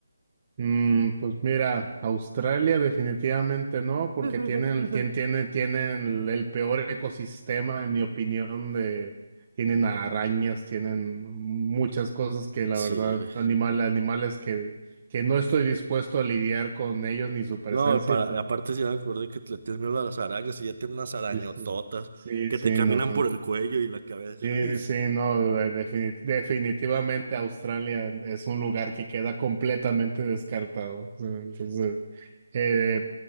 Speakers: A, on the right (about 40°); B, on the right (about 55°).
A: Mm, pues mira, Australia definitivamente no, porque
B: <laughs>
A: tienen, tien- tienen, tienen el, peor ecosistema, en mi opinión, de, tienen arañas, tienen muchas cosas que la
B: Sí,
A: verdad,
B: güey.
A: animal, animales que, que no estoy dispuesto a lidiar con ellos ni su presencia.
B: No, para,
A: Entonces,
B: aparte si me acuerdo que te- le tienes miedo a las arañas y ya tiene unas arañototas
A: Sí, sí. Sí,
B: que
A: sí,
B: te caminan
A: no.
B: por el cuello y la cabeza.
A: Sí,
B: Ay.
A: sí, no, de- defini- definitivamente Australia es un lugar que queda completamente descartado. O sea, Entonces, eh,